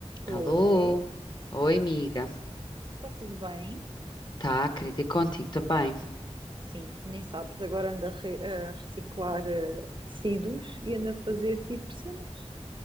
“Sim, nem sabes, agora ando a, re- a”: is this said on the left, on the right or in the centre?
Right